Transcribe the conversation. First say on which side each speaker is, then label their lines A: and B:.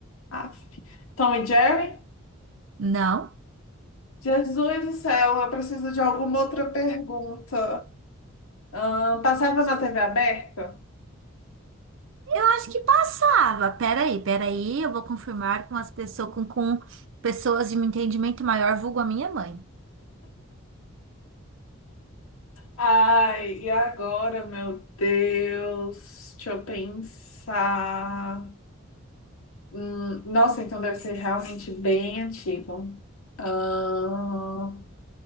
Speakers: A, on the left; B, on the right.
A: Aff. Tom e Jerry?
B: Não.
A: Jesus do céu, eu preciso de alguma outra pergunta. Ahn, passava na TV aberta?
B: Eu acho que passava. Peraí, peraí, eu vou confirmar com as pessoas com, com pessoas de um entendimento maior, vulgo a minha mãe.
A: Ai, e agora, meu Deus? Deixa eu pensar. Hum, nossa, então deve ser realmente bem antigo. Ahn,